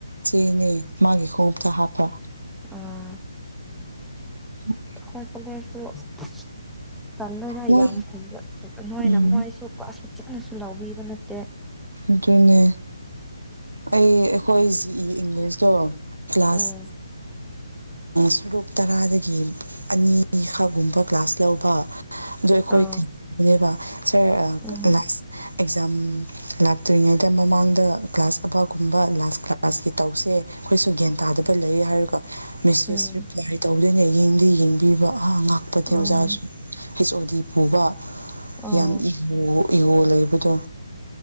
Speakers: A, on the right; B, in the centre.
A: ꯆꯦꯅꯦ ꯃꯥꯒꯤ ꯈꯣꯡꯎꯞꯇ ꯍꯥꯞꯄ
B: ꯑ
A: ꯎꯝ
B: ꯑꯩꯈꯣꯏ ꯀꯂꯁꯨ ꯇꯜꯂꯒ
A: ꯃꯣꯏ
B: ꯌꯥꯝ ꯐꯩꯕ ꯅꯣꯏꯅ
A: ꯎꯝ
B: ꯃꯣꯏꯁꯨ ꯀꯣꯁꯨ ꯆꯥꯅꯁꯨ ꯂꯧꯕꯕꯤꯕ ꯅꯠꯇꯦ
A: ꯑꯗꯨꯅꯦ ꯑꯩ ꯑꯩꯈꯣꯏ ꯖꯤꯛꯏ ꯏꯪꯂꯤꯁꯇꯣ ꯀ꯭ꯂꯥꯁ
B: ꯎꯝ
A: ꯁꯔꯨꯛ ꯇꯔꯥꯗꯒꯤ ꯑꯅꯤꯈꯒꯨꯝꯕ ꯀ꯭ꯂꯒ꯭ꯂꯥꯁ ꯂꯧꯕ ꯑꯗ ꯑꯩꯈꯣꯏ
B: ꯑꯥ
A: ꯇꯧꯕꯅꯦꯕ ꯁꯥꯔ
B: ꯎꯝ
A: ꯂꯥꯁ ꯑꯦꯛꯖꯥꯝ ꯂꯥꯛꯇ꯭ꯔꯤꯉꯩꯗ ꯃꯃꯥꯡꯗ ꯀ꯭ꯂꯥꯁ ꯑꯕꯥꯒꯨꯝꯕ ꯂꯥꯁ ꯀ꯭ꯂꯥꯁꯀꯤ ꯇꯧꯁꯦ꯫ ꯑꯩꯈꯣꯏꯁꯨ ꯒ꯭ꯌꯥꯟ ꯇꯥꯗꯕ ꯂꯩ ꯍꯥꯏꯔꯒ ꯃꯦꯁꯦꯁ
B: ꯎꯝ
A: ꯔꯤꯄ꯭ꯂꯥꯏ ꯇꯧꯗꯣꯏꯅꯦ ꯌꯦꯡꯗꯦ ꯌꯦꯡꯕꯤꯕ꯫ ꯑ ꯉꯥꯛꯄꯅꯦ
B: ꯎꯝ
A: ꯑꯣꯖꯥꯁꯨ ꯍꯁ ꯑꯣ ꯗꯤ ꯄꯨꯕ
B: ꯑꯣ
A: ꯌꯥꯝ ꯏꯍ ꯏꯌꯣ ꯂꯩꯕꯗꯣ